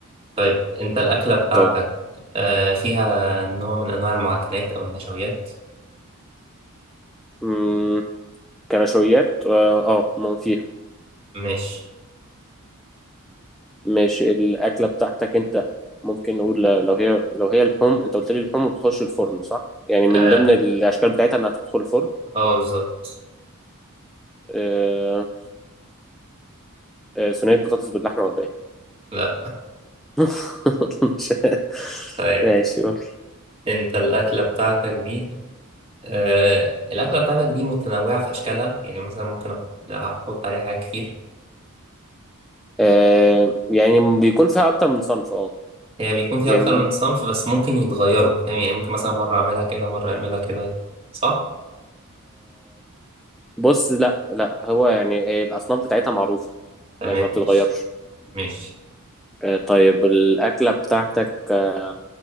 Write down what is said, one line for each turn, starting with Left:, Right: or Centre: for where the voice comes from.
Right: طيب انت الاكله بتاعتك
Centre: طيب
Right: آه فيها نوع من انواع المعجنات او النشويات
Centre: مم، كنشويات اه آه، ما فيها
Right: ماشي
Centre: ماشي الاكله بتاعتك انت ممكن نقول لو هي لو هي لحوم انت قلت لي اللحوم بتخش الفرن صح يعني من
Right: اه
Centre: ضمن الاشكال بتاعتها انها تدخل الفرن
Right: آه، بالظبط
Centre: آه، آه، صينيه بطاطس باللحمه ولا ايه
Right: لا
Centre: <laughs> مش-
Right: طيب
Centre: ماشي قول.
Right: انت الاكله بتاعتك دي آه الاكله بتاعتك دي متنوعه في اشكالها يعني مثلا ممكن احط احط عليها حاجات كتير
Centre: آه، يعني بيكون فيها اكتر من صنف اه
Right: هي بيكون فيها
Centre: يعني
Right: اكتر من صنف بس ممكن يتغيروا فاهم يعني ممكن مثلا مره اعملها كده مره اعملها كده صح
Centre: بص لا لا هو يعني إيه، الأصناف بتاعتها معروفة
Right: تمام
Centre: يعني ما بتتغيرش
Right: مش مش
Centre: آه، طيب الأكلة بتاعتك آه،